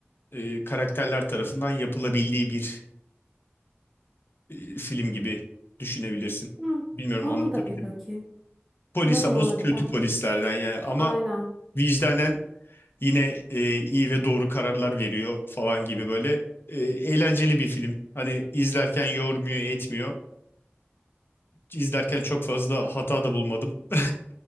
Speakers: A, on the left; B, in the centre.
A: ee, karakterler tarafından yapılabildiği bir ee, film gibi düşünebilirsin.
B: Hmm.
A: Bilmiyorum
B: Ona
A: anlatabildim
B: da bir bakayım.
A: mi? Polis
B: Anladım
A: ama
B: anladım.
A: kötü
B: O-
A: polislerden yani ama
B: Aynen.
A: vicdanen Yine e, iyi ve doğru kararlar veriyor falan gibi böyle. E, eğlenceli bir film. Hani izlerken yormuyor, etmiyor. İzlerken çok fazla hata da bulmadım. <laughs>